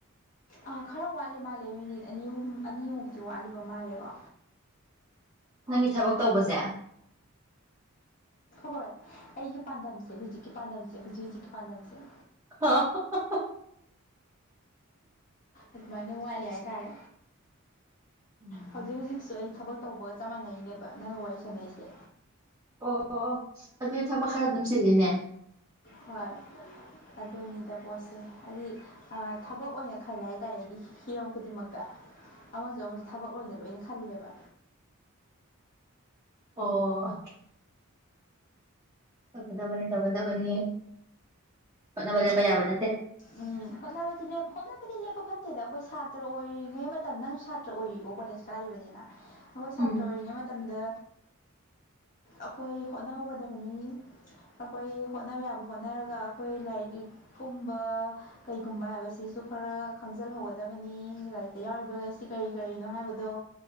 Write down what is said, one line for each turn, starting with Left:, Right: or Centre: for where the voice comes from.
Left: ꯑꯥ ꯈꯔ ꯋꯥꯠꯂꯤ ꯃꯥꯜꯂꯦ ꯃꯤꯅꯤꯠ ꯑꯅꯤ ꯑꯍꯨꯝ ꯑꯅꯤꯃꯨꯛꯇꯤ ꯋꯥꯠꯂꯤꯕ ꯃꯥꯜꯂꯦꯀꯣ꯫
Right: ꯅꯪꯒꯤ ꯊꯕꯛ ꯇꯧꯕꯁꯦ꯫
Left: ꯍꯣꯏ ꯑꯩꯒꯤ ꯄꯥꯟꯗꯝꯁꯦ ꯍꯧꯖꯤꯛꯀꯤ ꯄꯥꯟꯗꯝꯁꯦ ꯍꯧꯖꯤꯛ ꯍꯧꯖꯤꯛꯀꯤ ꯄꯥꯟꯗꯝꯁꯦ꯫
Right: <unintelligible>
Left: ꯑꯗꯨꯃꯥꯏꯅ ꯋꯥꯠꯂꯤ ꯍꯥꯏꯇꯥꯔꯦ꯫
Right: ꯎꯝ
Left: ꯍꯧꯖꯤꯛ ꯍꯧꯖꯤꯛꯁꯨ ꯑꯩ ꯊꯕꯛ ꯇꯧꯕ- ꯆꯞ ꯃꯥꯟꯅꯩꯅꯦꯕ ꯅꯪꯒ ꯋꯥꯔꯤ ꯁꯥꯟꯅꯩꯁꯦ꯫
Right: ꯑꯣ ꯑꯗꯨꯗꯤ ꯊꯕꯛ ꯈꯔ ꯑꯗꯨꯝ ꯆꯤꯜꯂꯤꯅꯦ꯫
Left: ꯍꯣꯏ ꯑꯗꯨꯅꯤꯗ ꯄꯣꯠꯁꯦ ꯍꯥꯏꯗꯤ ꯑꯥ ꯊꯕꯛ ꯑꯣꯏꯅ ꯈꯜꯂꯦ ꯍꯥꯏꯇꯥꯔꯦ ꯑꯩꯗꯤ ꯍꯤꯔꯝ ꯈꯨꯗꯤꯡꯃꯛꯇ꯫ ꯑꯃꯁꯨ ꯑꯃꯁꯨ ꯊꯕꯛ ꯑꯣꯏꯅ ꯂꯣꯏꯅ ꯈꯜꯂꯦꯕ꯫
Right: ꯑꯣ꯫ ꯇꯧꯒꯗꯕꯅꯤ ꯇꯧꯒꯗꯕꯅꯤ ꯍꯣꯠꯅꯕ ꯂꯦꯞꯄ ꯌꯥꯕ ꯅꯠꯇꯦ꯫
Left: ꯎꯝ ꯍꯣꯠꯅꯕꯗꯤ ꯂꯦꯞꯄ ꯍꯣꯠꯅꯕꯗꯤ ꯂꯦꯞꯄ ꯐꯠꯇꯦꯗ ꯑꯩꯈꯣꯏ ꯁꯥꯇ꯭ꯔ ꯑꯣꯏꯔꯤꯉꯩ ꯃꯇꯝꯗ ꯅꯪꯁꯨ ꯁꯥꯇ꯭ꯔ ꯑꯣꯏꯔꯤꯀꯣ ꯀꯣꯂꯦꯖ ꯀꯥꯔꯤꯕꯅꯤꯅ ꯑꯈꯣꯏ ꯁꯥꯇ꯭ꯔ
Right: ꯎꯝ
Left: ꯑꯣꯏꯔꯤꯉꯩ ꯃꯇꯝꯗ ꯑꯈꯣꯏ ꯍꯣꯠꯅꯍꯧꯒꯗꯕꯅꯤ꯫ ꯑꯈꯣꯏ ꯍꯣꯠꯅꯕ ꯌꯥꯕ ꯍꯣꯠꯅꯔꯒ ꯑꯈꯣꯏ ꯂꯥꯏꯔꯤꯛ ꯀꯨꯝꯕ, ꯀꯩꯒꯨꯝꯕ ꯍꯥꯏꯕꯁꯤꯁꯨ ꯈꯔ ꯈꯪꯖꯤꯜ ꯍꯧꯒꯗꯕꯅꯤ ꯂꯥꯏꯔꯤꯛꯇ ꯌꯥꯎꯔꯤꯕ ꯂꯥꯏꯔꯤꯁꯤ ꯀꯔꯤ ꯀꯔꯤꯅꯣ ꯍꯥꯏꯕꯗꯣ